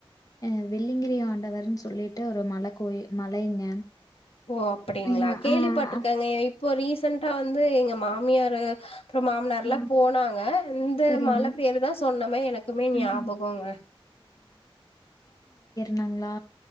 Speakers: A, on the left; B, on the left.
A: அ வெள்ளிங்கிரி ஆண்டவருன் சொல்லிட்டு ஒரு மல கோயி மலைங்க
B: ஓ அப்புடிங்ளா
A: நீங்க
B: கேள்விப்பட்ருக்கங்க
A: ஆ ஆ
B: இப்பொ ரீசன்ட்டா வந்து எங்க மா மியாரு அப்றம் மாமனார்ல
A: ஆ,
B: போனாங்க இந்த
A: சரிங்க
B: மல பேரு தா சொன்னமே எனக்குமே ஞாபகொங்க
A: ம் னாங்ளா